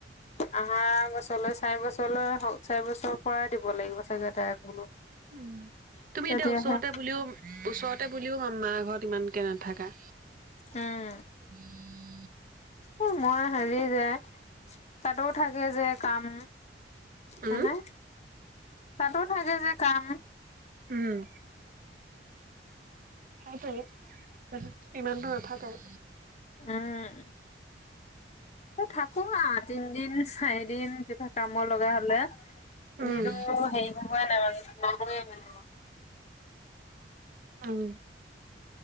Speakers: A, on the left; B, on the right.
A: আহা বছৰলৈ চাৰি বছৰলৈ হ চাৰি বছৰ পৰাই দিব লাগিব চাগে তাইক বোলো।
B: উম' তুমি
A: তেতিয়াহে
B: এতিয়া ওচৰতে বুলিও ওচৰতে বুলিও মাৰ ঘৰত ইমানকে নাথাকা।
A: উম
B: <inaudible>
A: এ মই হেৰি যে তাতোও থাকে যে কাম। ছেনে
B: উম,
A: তাতো থাকে যে কাম।
B: উম' সেইটোৱেই ইমান দুৰ নাথাকেই।
A: উম এ থাকো আ তিনদিন চাৰিদিন কিবা কামৰ লগা হলে।
B: উম,
A: এনেইতো হেৰি কৰিবই নাই মানুয়ে নাই।
B: উম'